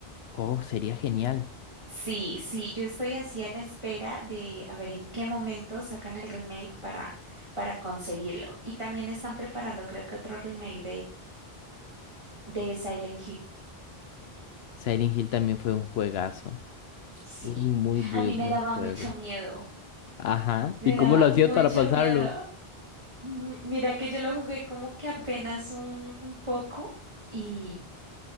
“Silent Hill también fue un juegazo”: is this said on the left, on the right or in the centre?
Left